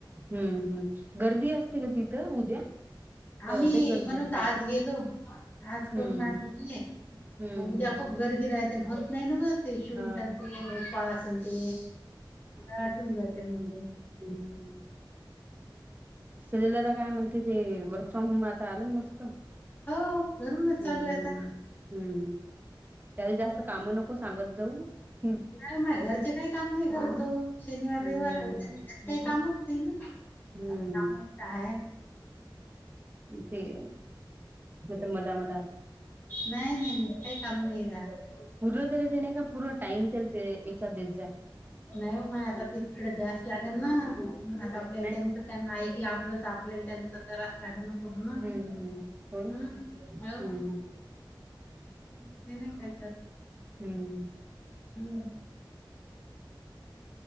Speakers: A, on the right (about 25°); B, on the left (about 25°).
A: हम्म हम् गर्दी असते का तिथं उद्या तर
B: आम्ही
A: लय गर्दी
B: म्हणून
A: असते
B: आज गेलो आज
A: हम्म
B: करून आले
A: हम्म
B: उद्या खूप गर्दी राहते आणि होत नाही ना व ते शूट
A: हा
B: अन ते न ऊपास अन् ते थकून जाते म्हणलं
A: <unintelligible> सललदादा काय म्हणते ते वर्क फ्रॉम होम आता आलं ना मस्त
B: हो घरूनच
A: हम्म
B: चालू आहे आता
A: हम्म त्याला जास्त
B: बर
A: काम नको हो सांगत जाऊ हम्म
B: नाही व माय घरचे काही काम नाही करत तो शनिवार
A: हम्म
B: रविवार त्याले काही कामच नाही न
A: हम्म
B: आता कामच काय आहे
A: ते मंग ते मधां मधांत
B: नाहीं नाहीं नाहीं कांहीं कामं नाहीं राहातं
A: पूर्ण तरी देणे कां पूर्ण टाईम तेल ते यांच्यात देत जां
B: नाहीं हो माय आंता तितकडे द्यास लागेल नां आंता आपल्यांला
A: नाही
B: त्यांच त्यांना ऐकलं आपलं तरं आपल्यांला त्यांचं करां जागणपूर नां हम्मं
A: हम्म हम्म हो ना
B: हो
A: हम्म
B: हम्मं कायं
A: हम्मं
B: हम्मं